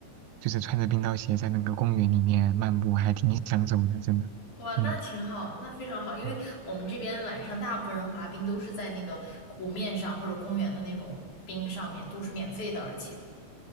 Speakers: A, on the right (about 85°); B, on the left (about 80°).
A: 就是穿着冰刀鞋在那个公园里面漫步，还挺想走的，真的。
B: 哇，那挺好那非常好，
A: 嗯，
B: 因为我们这边晚上大部分人滑冰都是在那个湖面上或者公园的那种冰上面，
A: 嗯
B: 都是免费的，而且